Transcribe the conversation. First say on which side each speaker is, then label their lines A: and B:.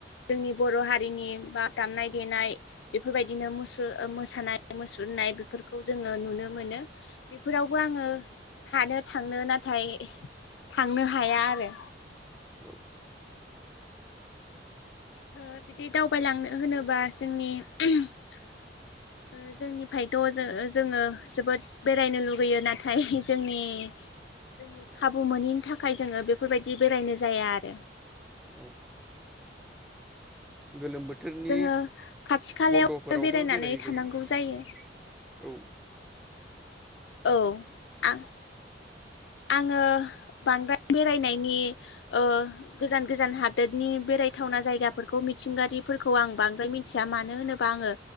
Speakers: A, on the left; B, in the centre.
A: जोंनि बर' हारिनि बा दामनाय देनाय बेफोरबायदिनो मुसुर ओ मोसानाय मुसुरनाय बेफोरखौ जोङो नुनो मोनो बेफोरावबो आङो सानो थांनो नाथाय थांनो हाया आरो
B: औ
A: ओ बिदि दावबायलांनो होनोबा जोंनि ओ जोंनिफायथ' ओजो जोङो जोबोद बेरायनो लुगैयो नाथाय जोंनि जोंनि खाबु मोनैनि थाखाय जोङो बेफोरबायदि बेरायनो जाया आरो
B: औ गोलोम बोथोरनि
A: जोङो खाथि खालायाव
B: बन्द'फोरावबो
A: बेरायनानै
B: बेरायहैजायो
A: थानांगौ जायो।
B: औ
A: औ आं आङो बांद्राय बेरायनायनि ओ गोजान गोजान हादोदनि बेरायथावना जायगाफोरखौ मिथिंगारिफोरखौ आं बांद्राय मिन्थिया मानो होनोबा आङो